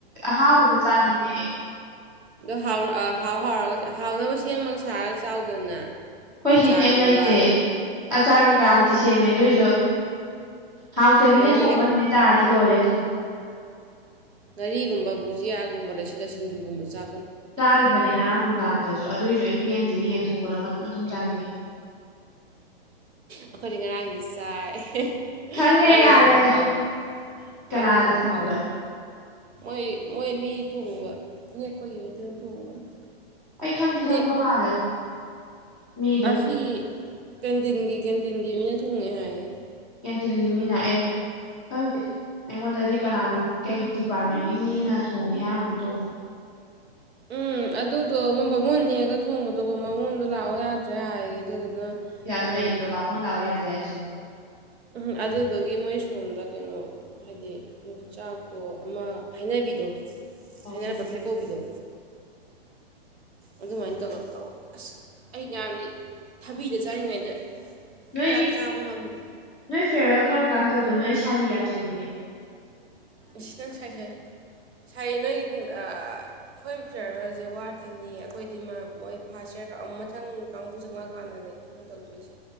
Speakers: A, in the centre; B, on the right.
A: ꯍꯥꯎ ꯎꯗꯣ ꯆꯥꯅꯤꯡꯦ
B: ꯑꯗꯣ ꯍꯥꯎ ꯍꯥꯎꯔꯒ ꯍꯥꯎꯅꯕ ꯁꯦꯝꯃꯒ ꯁꯥꯔꯒ ꯆꯥꯎꯗꯅ
A: ꯑꯩꯈꯣꯏ
B: ꯑꯆꯥꯔꯒꯨꯝꯕ
A: ꯁꯤ ꯀꯩꯝ ꯂꯩꯇꯦ ꯑꯆꯥ ꯀꯩꯀꯥꯕꯨꯗꯤ ꯁꯦꯝꯃꯦ ꯑꯗꯨꯏꯁꯨ ꯍꯥꯎꯇꯕꯤꯅ
B: ꯉꯥꯔꯤꯒ
A: ꯊꯣꯡꯕ ꯅꯨꯃꯤꯠ ꯇꯥꯔꯗꯤ ꯂꯣꯏꯔꯦ ꯑꯗꯨꯝ
B: ꯉꯥꯔꯤꯒꯨꯝꯕ ꯕꯨꯖꯤꯌꯥꯒꯨꯝꯕ ꯂꯩꯁꯤꯜꯂ ꯁꯤꯡꯖꯨꯒꯨꯝꯕ ꯆ
A: ꯆꯥꯈꯤꯕꯅꯦ ꯉꯔꯥꯡ ꯅꯨꯡꯗꯥꯡꯗꯁꯨ ꯑꯗꯨꯑꯣꯏꯁꯨ ꯑꯩ ꯄꯦꯟꯗꯤꯦ ꯌꯦꯟ ꯊꯣꯡꯕꯗꯣ ꯃꯇꯨꯝ ꯃꯇꯨꯝ ꯆꯥꯅꯤꯡꯉꯤ
B: ꯑꯩꯈꯣꯏꯗꯤ ꯉꯔꯥꯡꯗꯤ ꯆꯥꯏ
A: ꯈꯪꯒꯦ
B: ꯉꯔꯥꯡ
A: ꯌꯥꯔꯦ
B: ꯌꯦꯟ ꯊꯣꯡꯕ ꯍꯥꯎꯋꯦ ꯉꯔꯥꯡ
A: ꯀꯅꯥ
B: ꯌꯦꯟ ꯊꯣꯡꯕ
A: ꯁꯣꯕꯕ
B: ꯍꯥꯎꯋꯦ ꯃꯣꯏ ꯃꯣꯏ ꯃꯤ ꯊꯣꯡꯕ ꯅꯦꯛꯄꯒꯤ ꯃꯤꯗꯨꯅ ꯊꯣꯡꯕꯅꯤ
A: ꯑꯩ ꯈꯪꯗꯦ ꯈꯪꯕ
B: ꯅꯦ
A: ꯃꯥꯜꯂꯦ ꯃꯤꯗꯣ
B: ꯑꯁꯤꯒꯤ ꯀꯦꯟꯇꯤꯟꯒꯤ ꯀꯦꯟꯇꯤꯟꯒꯤ ꯃꯤꯅ ꯊꯣꯡꯉꯦ ꯍꯥꯏꯌꯦꯦ
A: ꯀꯦꯟꯇꯤꯟꯒꯤ ꯃꯤ ꯅꯥꯛꯑꯦ ꯈꯪꯗꯦ ꯑꯩꯉꯣꯟꯗꯗꯤ ꯀꯅꯥꯅꯣ ꯀꯩ ꯗꯤꯄꯥꯔꯠꯃꯦꯟꯒꯤ ꯃꯤ ꯑꯃꯅ ꯊꯣꯡꯅꯤ ꯍꯥꯏꯔꯒꯨꯝ ꯇꯧꯕꯅꯣ
B: ꯎꯝ ꯑꯗꯨꯗꯣ ꯃꯣꯏ ꯕꯥꯃꯣꯟ ꯅꯦꯛꯑꯒ ꯊꯣꯡꯕꯗꯨꯕ ꯃꯃꯣꯟꯗꯣ ꯂꯥꯛꯑꯣ ꯌꯥꯗ꯭ꯔꯦ ꯍꯥꯏꯌꯦ ꯑꯗꯨꯗꯨꯅ
A: ꯌꯥꯝ
B: ꯎꯝ
A: ꯅꯩꯗ꯭ꯔꯣ ꯕꯥꯃꯣꯟ ꯂꯥꯛꯑꯣ ꯌꯥꯗꯦ ꯍꯥꯏꯁꯤꯅꯦ
B: ꯎꯝ ꯑꯗꯨꯗꯨꯒꯤ ꯃꯣꯏ ꯁꯣꯝꯗ ꯀꯩꯅꯣ ꯍꯥꯏꯗꯤ ꯌꯨꯝꯆꯥꯛꯇꯣ ꯑꯃ ꯍꯥꯏꯅꯕꯤꯗꯣ
A: ꯑꯧ
B: ꯍꯥꯏꯅꯅ ꯐꯦ ꯀꯥꯎꯒꯤꯗꯣ ꯑꯗꯨꯃꯥꯏꯅ ꯇꯧꯔ ꯇꯧ ꯑꯁ ꯑꯩ ꯉꯥꯡꯗꯤ ꯊꯕꯤꯗ ꯆꯥꯔꯤꯉꯩꯗ
A: ꯅꯣꯏꯒꯤ
B: ꯆꯥꯛ ꯆꯥꯕ ꯉꯝꯗꯦ
A: ꯅꯣꯏ ꯐꯦꯕ ꯀꯔꯝ ꯀꯥꯟ ꯇꯧꯗꯣꯏꯅꯣ ꯑꯩ ꯁꯥꯔꯤ ꯌꯥꯝ ꯁꯦꯅꯤꯡꯉꯦ
B: ꯏꯁꯤꯅꯪ ꯁꯥꯏꯁꯦ ꯁꯥꯏꯅ ꯑꯩꯈꯣꯏ ꯐꯤꯌꯥꯔꯦꯜꯁꯦ ꯋꯥꯠꯈꯤꯅꯤ ꯑꯩꯈꯣꯏꯗꯤ ꯃꯣꯏ ꯐꯥꯔ ꯏꯌꯥꯔ ꯑꯃ ꯃꯊꯪ ꯀꯥꯡꯕꯨ ꯆꯪꯉꯛꯑꯀꯥꯟꯗꯅꯦ ꯍꯣꯏ ꯇꯧꯗꯣꯏꯁꯦ